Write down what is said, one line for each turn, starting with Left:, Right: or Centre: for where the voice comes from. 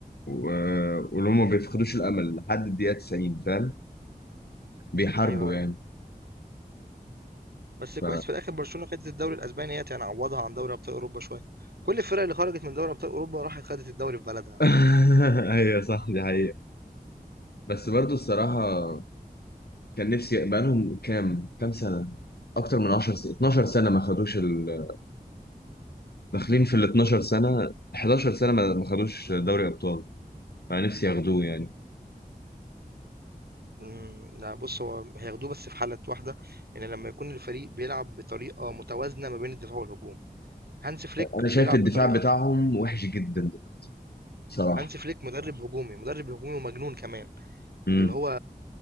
Left: و... ولهم ما بيفقدوش الامل لحد الدقيقة 90 فاهم بيحاربوا
Right: ايوه ايوه
Left: يعني
Right: بس
Left: ف
Right: كويس في الاخر برشلونه خدت الدوري الاسباني هي يعني عوضها عن دوري ابطال اوروبا شويه كل الفرق اللي خرجت من دوري ابطال اوروبا راحت خدت الدوري في بلدها
Left: <laughs> ايوه صح دي حقيقة بس برضو الصراحة كان نفسي بقالهم كام كام سنة اكتر من 10 سنة 12 سنة ما خدوش ال... داخلين في ال 12 سنة 11 سنة ما ما خدوش دوري ابطال فنفسي ياخدوه يعني
Right: امم لا بص هو هياخدوه بس في حاله واحده ان لما يكون الفريق بيلعب بطريقه متوازنه ما بين الدفاع والهجوم هانس فليك
Left: انا شايف
Right: بيلعب
Left: الدفاع
Right: بطريقه
Left: بتاعهم وحش جدا بصراحة
Right: هانس فليك مدرب هجومي مدرب هجومي ومجنون كمان
Left: امم
Right: اللي هو